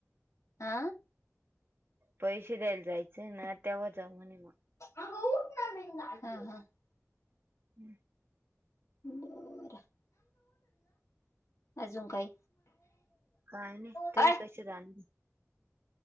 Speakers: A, on the left (about 65°); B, on the right (about 40°).
A: आ
B: पैसे द्यायला जायचे ना तेव्हा जाऊ म्हणे माग
A: <unintelligible>
B: हम्म.
A: <unintelligible> अजून काही
B: काय नाही तुम्ही
A: हय
B: कसे जाणार